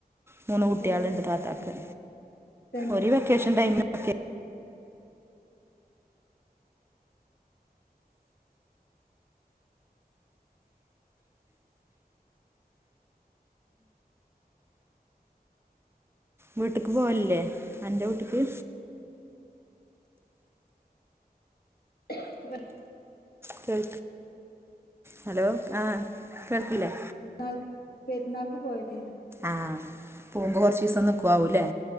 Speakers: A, on the right; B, on the left.
A: മൂന്ന് കുട്ട്യേള്ണ്ട്
B: ഏ
A: താത്താക്ക്
B: തന്നെ
A: ഓര് വെക്കേഷൻ ടൈമ് ൽ ഒക്കെ വീട്ട്ക്ക് പോവല്ല്ലേ അന്റെ വീട്ട്ക്ക്
B: <inaudible>
A: കേൾ ഹലോ ആ കേൾക്കില്ലേ
B: ആ പെരുന്നാക്ക് പോയതേന്നു
A: ആഹ് പോവ്മ്പോ കൊറച്ചീസം നിക്കാവൂല്ലേ